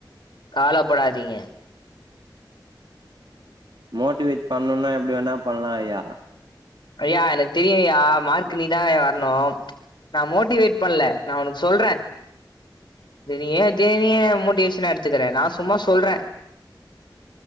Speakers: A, on the left (about 70°); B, on the right (about 65°).
A: காலப்படாதீங்க
B: மோட்டிவேட் பண்ணூன்னா எப்டி வேனா பண்லாயா.
A: ஐயா எனக்கு தெரியுயா மார்க் நீதாய்யா வர்ணு. நா மோட்டிவேட் பண்ல நா உனக்கு சொல்ற தெரிய தேரிய மோட்டிவேஷனா எடுத்துக்ற நா சும்மா சொல்ற